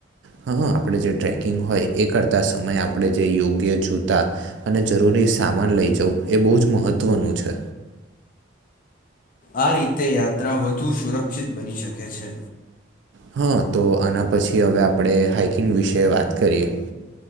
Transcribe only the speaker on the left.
આ રીતે યાત્રા વધુ સુરક્ષિત બની શકે છે.